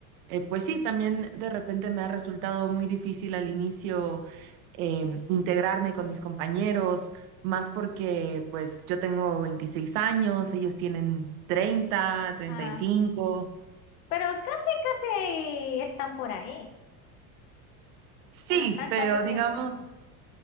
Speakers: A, on the right (about 75°); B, on the left (about 75°).
A: Eh, pues sí, también de repente me ha resultado muy difícil al inicio em, integrarme con mis compañeros, más porque pues yo tengo 26 años, ellos tienen treinta, treinta
B: Ah,
A: y cinco.
B: pero casi, casi están por ahí. O
A: Sí,
B: sea, están
A: pero
B: casi cerca.
A: digamos,